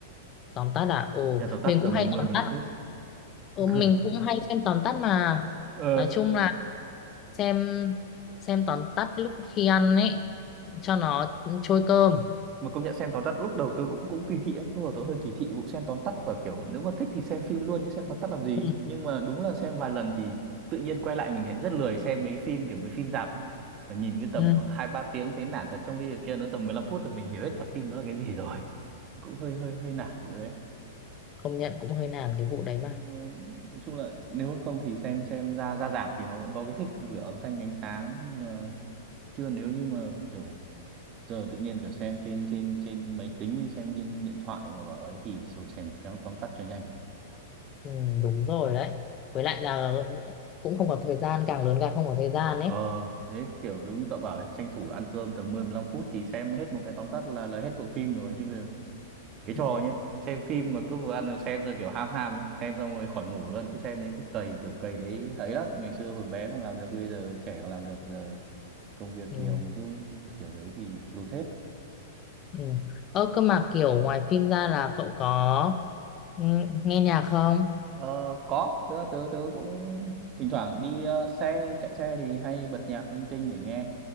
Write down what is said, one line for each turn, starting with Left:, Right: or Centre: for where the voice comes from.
Left: tóm tắt là ừ
Right: chỉ xem tóm tắt
Left: mình
Right: tầm
Left: cũng hay
Right: mười
Left: tóm
Right: mười lăm
Left: tắt
Right: phút
Left: ừ,
Right: <laughs>
Left: mình cũng hay xem tóm tắt mà
Right: ờ
Left: nói chung là xem xem tóm tắt lúc khi ăn ấy cho nó trôi cơm
Right: mà công nhận xem tóm tắt lúc đầu tớ cũng cũng kỳ thị lắm lúc đầu tớ hơi kỳ thị vụ xem tóm tắt và kiểu nếu mà thích thì xem phim luôn chứ xem tóm tắt làm gì
Left: ừ.
Right: nhưng mà đúng là xem vài lần thì tự nhiên quay lại mình thấy rất lười xem mấy phim kiểu mấy phim rạp ấy mà nhìn cái tầm
Left: ừ.
Right: khoảng hai ba tiếng thấy nản thật trong khi cái kia nó tầm 15 phút là mình hiểu hết cả phim đó là cái gì rồi cũng hơi hơi hơi nản vụ đấy
Left: công nhận cũng hơi nản cái vụ đấy mà
Right: Ờ, nói chung là nếu không thì xem xem ra ra rạp thì nó vẫn có cái thích kiểu âm thanh ánh sáng ờ, chưa nếu như mà kiểu giờ tự nhiên kiểu xem trên trên trên máy tính hay xem trên điện thoại mà bảo ấy thì rồi xem phéo tóm tắt cho nhanh
Left: ừ, đúng rồi đấy với lại là cũng không có thời gian càng lớn càng không có thời gian ấy
Right: ờ đấy kiểu đúng như cậu bảo ấy, tranh thủ ăn cơm tầm mười mười lăm phút thì xem hết một cái tóm tắt là là hết bộ phim rồi chứ bây giờ cái
Left: ừ,
Right: trò nhá xem phim mà cứ vừa ăn rồi xem rồi kiểu ham ham ấy xem xong rồi khỏi ngủ luôn cứ xem đến cứ cày kiểu cày đấy hay lắm ngày xưa hồi bé còn làm được bây giờ trẻ còn làm được giờ công việc
Left: ừ,
Right: nhiều mà cứ kiểu đấy thì lụt hết
Left: ừ. ơ cơ mà kiểu ngoài phim ra là cậu có ừ, nghe nhạc không
Right: Ờ, có, tớ, tớ, tớ cũng thỉnh thoảng đi ờ, xe, chạy xe thì hay bật nhạc linh tinh để nghe.